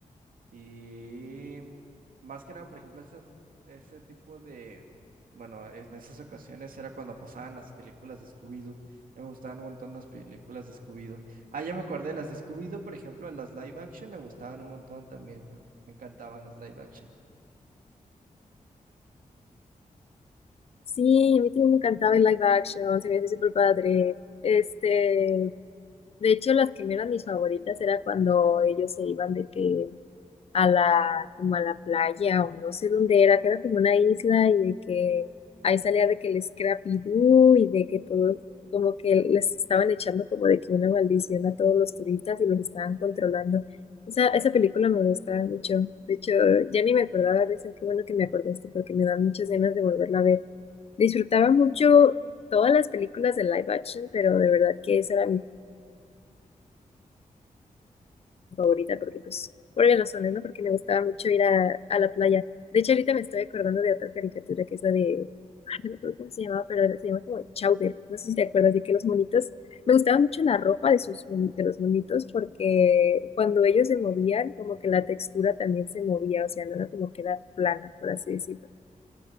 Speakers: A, on the right; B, on the left.
A: Y más que nada, por ejemplo, esas, ese tipo de, bueno, en esas ocasiones era cuando pasaban las películas de Scooby-Doo. A mí me gustaban un montón las películas de Scooby-Doo. Ah, ya me acordé, las de Scooby-Doo, por ejemplo, las live action me gustaban un montón también. Me encantaban las live action.
B: Sí, a mí también me encantaba el live action, se me hacía súper padre, este... De hecho, las que me eran mis favoritas era cuando ellos se iban de que a la, como a la playa o no sé dónde era, que era como una isla y de que ahí salía de que el Scrappy Doo y de que todos como que les estaban echando como de que una maldición a todos los turistas y los estaban controlando. Esa, esa película me gustaba mucho. De hecho, ya ni me acordaba de esa. Qué bueno que me acordaste porque me dan muchas ganas de volverla a ver. Disfrutaba mucho todas las películas de live action, pero de verdad que esa era mi favorita porque, pues, por obvias razones, ¿no? Porque me gustaba mucho ir a, a la playa. De hecho, ahorita me estoy acordando de otra caricatura que es la de, ay, no me acuerdo cómo se llamaba, pero se llama como Chowder. No sé si te acuerdas de que los monitos, me gustaba mucho la ropa de sus, mon- de los monitos porque cuando ellos se movían, como que la textura también se movía, o sea, no era como que era plana, por así decirlo.